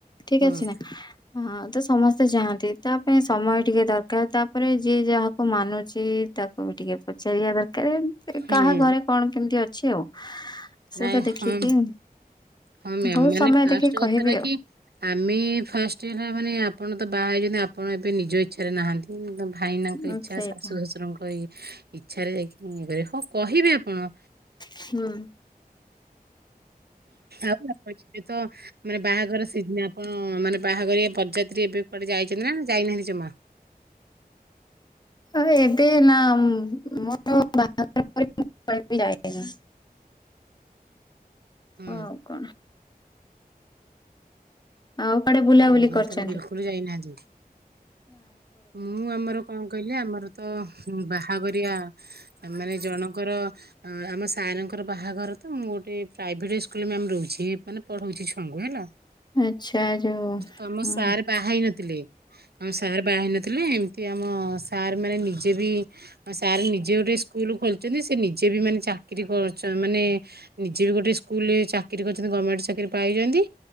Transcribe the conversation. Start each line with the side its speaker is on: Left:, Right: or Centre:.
Left: ଠିକ
Right: ହୁଁ।
Left: ଅଛି ନା। ତ ସମସ୍ତେ ଚାହାନ୍ତି ତା ପାଇଁ ସମୟ ଟିକେ ଦରକାର। ତାପରେ ଯିଏ ଯାହାକୁ ମାନୁଛି ତାକୁ ବି ଟିକେ ପଚାରିବା ଦରକାର।
Right: ହୁଁ
Left: କାହା ଘରେ କଣ କେମିତି ଅଛି ଆଉ। ସେଇଟା
Right: ନାଇଁ
Left: ଦେଖିକି
Right: ହଁ ହଁ ମ୍ୟାମ୍
Left: ବୋହୁତ
Right: ମାନେ
Left: ସମୟ
Right: ଫାଷ୍ଟ
Left: ଦେଖିକି
Right: କଥାଟା
Left: କହିବି ଆଉ।
Right: କି ଆମେ ଫାଷ୍ଟ ହେଲା ମାନେ ଆପଣ ତ ବାହା ହେଇଛନ୍ତି। ଆପଣ ଏବେ ନିଜ ଇଚ୍ଛାରେ ନାହାନ୍ତି। ଭାଇନାଙ୍କ
Left: ଉଁ
Right: ଇଚ୍ଛା
Left: ସେଇଟା।
Right: ଶାଶୁ ଶଶୁରଙ୍କ ଇ ଇଛାରେ ଯାଇକି ମୁଁ ଇଏ କରିବି। ହଁ କହିବେ ଆପଣ।
Left: ହୁଁ
Right: ଆଉ ରଛି ତ <inaudible> ମାନେ ବାହାଘର ସିଜିନ। ଆପଣ ମାନେ ବାହାଘରିଆ ବରଯାତ୍ରୀ ଏବେ କୁଆଡେ ଯାଇଛନ୍ତି ନା ଯାଇନାହାନ୍ତି ଜମା?
Left: ହ ଏବେ ନା ମୋର ବାହାଘର ପରେ ମୋ କୁଆଡେ ବି ଯାଏନା <inaudible>
Right: ହୁଁ।
Left: ଆଉ କଣ? ଆଉ କୁଆଡେ ବୁଲାବୁଲି
Right: ଓହୋ
Left: କରିଛନ୍ତି?
Right: ତାହେଲେ ବିଲକୁଲ ଯାଇନାହାନ୍ତି ମୁଁ ଆମର କଣ କହିଲେ ଆମର ତ ବାହାଘରିଆ ମାନେ ଜଣଙ୍କର ଅ ଆମ ସାରଙ୍କର ବାହାଘର ତ ମୁଁ ଗୋଟେ ପ୍ରାଇଭେଟ ସ୍କୁଲ ମ୍ୟାମ୍ ରହୁଛି ମାନେ ପଢଉଛି ଛୁଆଙ୍କୁ ହେଲା।
Left: ଆଚ୍ଛା। ଯୋଉ
Right: ତମ
Left: ହୁଁ
Right: ସାର ବାହା ହେଇ ନଥିଲେ? ଆମ ସାର୍ ବାହା ହେଇ ନଥିଲେ। ଏମିତି ଆମ ସାର୍ ମାନେ ନିଜେ ବି ସାର୍ ନିଜେ ଗୋଟେ ସ୍କୁଲ ଖୋଲିଛନ୍ତି। ସେ ନିଜେ ବି ମାନେ ଚାକିରି କରୁଚ ମାନେ ନିଜେ ବି ଗୋଟେ ସ୍କୁଲରେ ଚାକିରି କରିଛନ୍ତି ଗମେଣ୍ଟ ଚାକିରି ପାଇଛନ୍ତି।